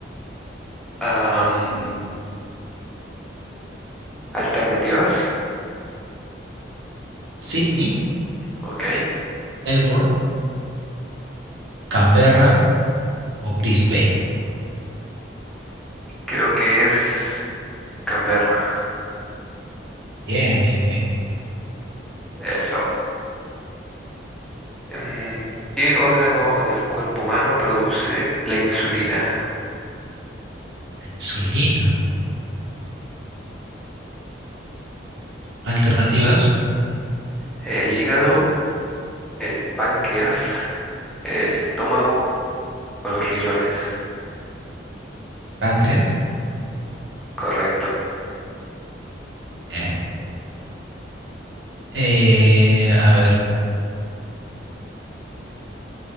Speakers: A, in the centre; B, on the right.
A: Am, alternativas.
B: ¿Sydney,
A: Ok.
B: Melbourne, Canberra o Brisbane?
A: Creo que es Canberra.
B: Bien, bien, bien, bien.
A: Eso. Em, ¿qué órgano del cuerpo humano produce la insulina?
B: La insulina. Alternativas.
A: ¿El hígado, el páncreas, el estómago o los riñones?
B: ¿El páncreas.
A: Correcto.
B: Bien. Eh, a ver,